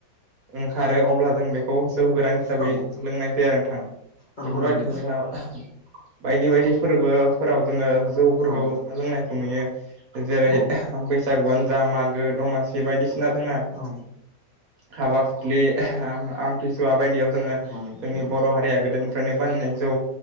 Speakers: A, on the right (about 55°); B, on the left (about 35°).
A: ओंखारो अब्ला जों बेखौ जौ गोरान हिसाबै
B: औ
A: लोंनाय जाया नोंथां
B: औ
A: बेफोरबायदिनो
B: नंगौ
A: जोंना बायदि बायदि फोरबोफोराव जोङो जौफोरखौ
B: औ
A: लोंनायखौ नुयो जेरै
B: औ
A: बै सागुआंनो जा मागो दमासि बायदिसिना जोंना
B: औ
A: हाबा बे आमथिसुवा बायदियाव जोङो
B: औ
A: जोंनि बर' हारिया गोदोनिफ्रायनो बानायनाय जौ